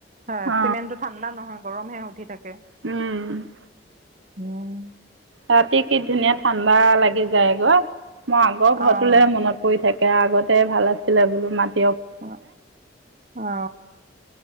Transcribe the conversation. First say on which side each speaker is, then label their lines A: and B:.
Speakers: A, on the right; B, on the right.
A: হয়
B: অ
A: চিমেণ্টটো ঠাণ্ডা নহয় গৰমহে উঠি থাকে।
B: উম
A: <unintelligible>
B: ৰাতি কি ধুনীয়া ঠাণ্ডা লাগি যায়গৈ মই আগৰ
A: অ'
B: ঘৰটোলেহে মনত পৰি থাকে আগতে ভাল আছিলে বোলো মাত
A: অ অ